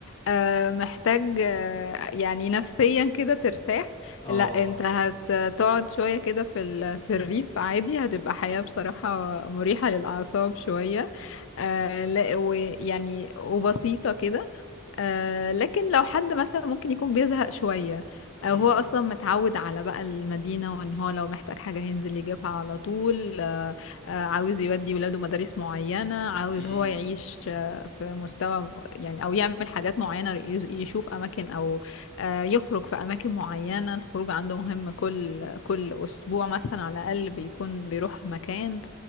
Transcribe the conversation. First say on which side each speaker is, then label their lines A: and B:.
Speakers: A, on the left (about 65°); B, on the left (about 30°).
A: آه محتاج آه يعني نفسيا كده ترتاح
B: اه
A: لا انت هتقعد شويه كده في ال... في الريف عادي هتبقى حياه بصراحه مريحه للاعصاب شويه آه لا ويعني وبسيطه كده آه لكن لو حد مثلا ممكن يكون بيزهق شوية أو
B: امم
A: هو أصلا متعود على بقى المدينة وإن هو لو محتاج حاجة هينزل يجيبها على طول آه آه عاوز يودي ولاده مدارس معينة عاوز
B: امم
A: هو يعيش آه في مستوى م- يعني أو يعمل حاجات معينة يز- يشوف أماكن أو آه يخرج في أماكن معينة الخروج عنده مهم كل كل أسبوع مثلا على الأقل بيكون بيروح مكان